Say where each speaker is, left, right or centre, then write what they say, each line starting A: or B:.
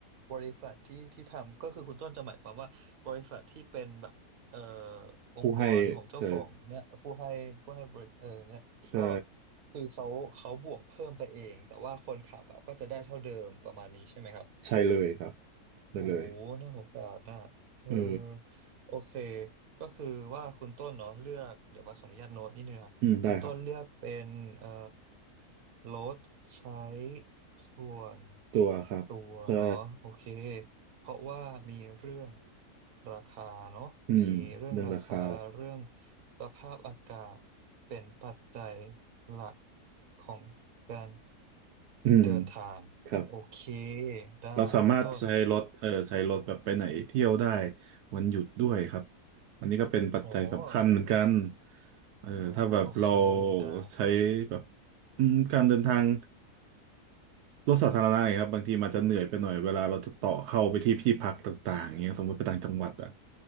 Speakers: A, on the right; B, on the right.
A: บริษัทที่ที่ทำก็คือคุณต้นจะหมายความว่าบริษัทที่เป็นแบบเอ่อองค์กรของเจ้าของเนี่ยผู้ให้ผู้ให้บริเออเนี่ยก็
B: ผู้ให้ใช่ใช่
A: คือเขาเขาบวกเพิ่มไปเองแต่ว่าคนขับอ่ะก็จะได้เท่าเดิมประมาณนี้ใช่ไหมครับ
B: ใช่เลยครับได้เลย
A: โอ้โหน่าสงสารน่ะเออ
B: เออ
A: โอเค ก็คือว่าคุณต้นเนาะเลือกเดี๋ยวบัสขออนุญาตโน้ตนิดนึงนะครับคุณต้นเลือกเป็นเอ่อ
B: อืมได้ครับ
A: ลดใช้ส่วน
B: ตัวครับใช่
A: ตัวเนาะโอเคเพราะว่ามีเรื่องราคาเนาะมีเรื่องราคาเรื่อง
B: อืมเรื่องราคา
A: สภาพอากาศเป็นปัจจัยหลักของการ
B: อืม
A: เดินทางโอเค
B: ครับ
A: ได้คุณต้น
B: เราสามารถใช้รถเออใช้รถแบบไปไหนเที่ยวได้วันหยุดด้วยครับอันนี้ก็เป็นปัจจัยสำคัญเหมือนกัน
A: โอ้
B: เออถ้าแบบเรา
A: อ่าโอเคได้
B: ใช้แบบอืมการเดินทางรถสาธารณะเนี่ยครับบางทีมันจะเหนื่อยไปหน่อยเวลาเราจะต่อเข้าไปที่ที่พักต่างๆอย่างเงี้ยสมมติไปต่างจังหวัดอ่ะ